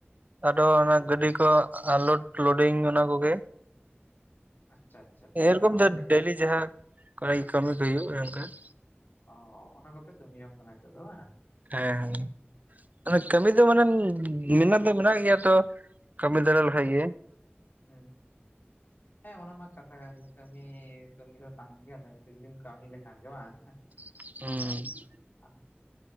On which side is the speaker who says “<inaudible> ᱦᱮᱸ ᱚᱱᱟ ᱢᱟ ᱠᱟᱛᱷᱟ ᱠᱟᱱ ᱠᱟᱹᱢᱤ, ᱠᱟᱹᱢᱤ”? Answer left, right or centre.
Left